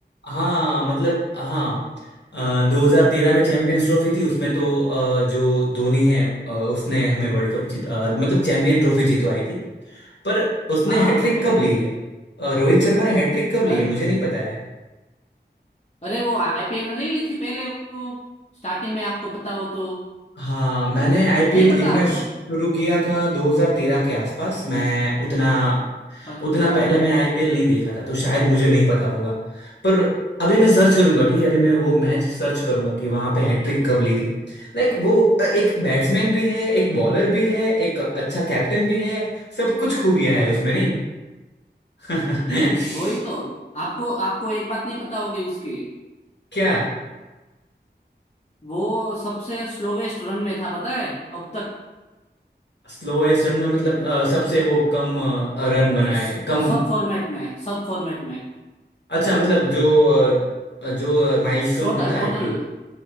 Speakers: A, on the left; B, on the left.
A: हाँ मतलब हाँ अ, 2013 में चैंपियंस ट्रॉफी थी उसमें तो अ, जो धोनी है अ, उसने हमें वर्ल्ड कप जीत अ, मतलब चैंपियन ट्रॉफी जीतवाई थी पर उसने
B: हाँ
A: हैट्रिक
B: वो तो
A: कब ली है अ, रोहित शर्मा ने हैट्रिक कब ली
B: है
A: है मुझे नहीं पता है
B: अरे वो आईपीएल में नहीं ली थी पहले वो स्टार्टिंग में आपको पता हो तो
A: हाँ मैंने आईपीएल
B: नहीं पता
A: देखना
B: आपको
A: शुरू किया था 2013 के आसपास मैं उतना
B: अच्छा
A: उतना पहले मैं आईपीएल नहीं देखा था तो शायद मुझे नहीं पता होगा पर अभी मैं सर्च करूंगा ठीक है अभी मैं वो मैच सर्च करूंगा कि वहां पे हैट्रिक कब ली थी लाइक वो अ, एक बैट्समैन भी है एक बॉलर भी है एक अच्छा कैप्टन भी है सब कुछ खूबियां है उसमें नहीं <laughs>
B: वही तो आपको आपको एक बात नहीं पता होगी उसकी
A: क्या
B: वो सबसे स्लोवेस्ट रन में था पता है अब तक
A: स्लोएस्ट रन में मतलब अ, सबसे वो कम रन बनाए
B: स-
A: कम
B: सब फॉर्मेट में सब फॉर्मेट में
A: अच्छा मतलब जो अ, जो माइलस्टोन
B: Total
A: होता है
B: total
A: कि